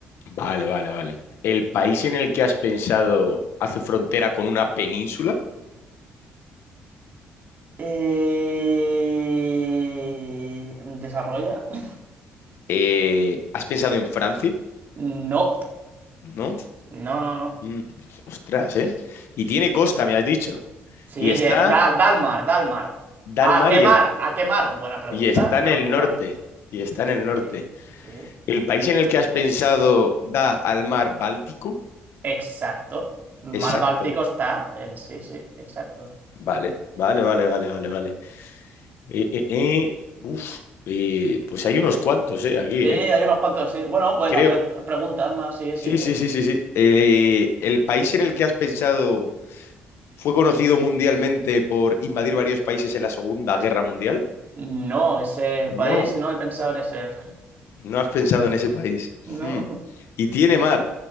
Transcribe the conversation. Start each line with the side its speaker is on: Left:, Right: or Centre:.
Left: Vale, vale, vale. ¿El país en el que has pensado hace frontera con una península?
Right: Eh... ¿Desarrolla? <laughs>
Left: Eh, ¿has pensado en Francia?
Right: No.
Left: ¿No?
Right: No, no, no.
Left: Mm, Ostras, ¿eh? Y tiene costa, me has dicho.
Right: Sí,
Left: Y está,
Right: ye- da, da al mar, da al mar.
Left: da al
Right: ¿A
Left: mar
Right: qué
Left: y, est-
Right: mar? ¿A qué mar? Buena pregunta,
Left: y está en
Right: pregunta.
Left: el norte. Y está en el norte.
Right: Sí, sí.
Left: ¿El país en el que has pensado da al mar Báltico?
Right: Exacto. Mar
Left: Exacto.
Right: Báltico está en sí, sí, exacto.
Left: Vale, vale, vale, vale, vale, vale. Eh, eh, eh, uf, eh, pues hay unos cuantos, ¿eh? Aquí,
Right: Sí, hay
Left: ¿eh?
Right: unos cuantos, sí. Bueno, puedes
Left: Creo,
Right: hacer preguntas más, sí,
Left: Sí,
Right: sigue.
Left: sí, sí, sí, sí. El, el país en el que has pensado fue conocido mundialmente por invadir varios países en la Segunda Guerra Mundial.
Right: No, ese
Left: No,
Right: país no he pensado en ese.
Left: no has pensado en ese país.
Right: No.
Left: Hmm. Y tiene mar.